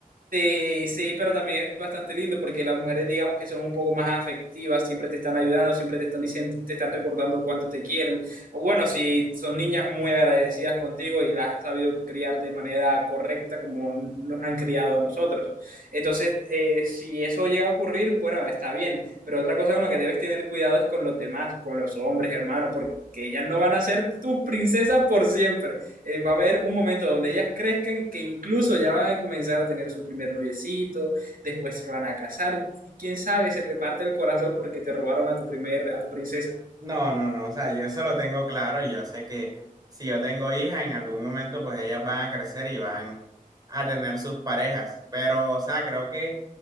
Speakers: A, on the right; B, on the right.
A: Sí, sí, pero también es bastante lindo porque las mujeres, digamos que son un poco más afectivas, siempre te están ayudando, siempre te están diciendo, te están recordando cuánto te quieren. O bueno, si son niñas muy agradecidas contigo y las has sabido criar de manera correcta como nos han criado a nosotros. Entonces, eh, si eso llega a ocurrir, bueno, está bien, pero otra cosa con la que debes tener cuidado es con los demás, con los hombres, hermanos, porque ellas no van a ser tus princesas por siempre eh, va a haber un momento donde ellas crezcan que incluso ya van a comenzar a tener su primer noviecito, después se van a casar, y quién sabe, se te parte el corazón porque te robaron a tu primer, a tu princesa.
B: No, no, no. O sea, yo eso lo tengo claro. y Yo sé que si yo tengo hijas, en algún momento pues ellas van a crecer y van a tener sus parejas. Pero, o sea, creo que